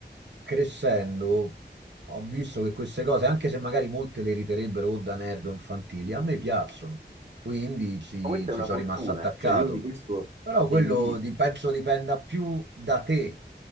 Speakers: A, on the right (about 70°); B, on the right (about 40°).
A: crescendo, ho visto che queste cose, anche se magari molte le riterebbero o da nerd o infantili, a me piacciono, quindi ci,
B: Ma questa
A: ci
B: è una
A: sono
B: fortuna,
A: rimasto attaccato.
B: eh. cioè io di questo
A: Però quello
B: ti invidio
A: di- penso dipenda più da te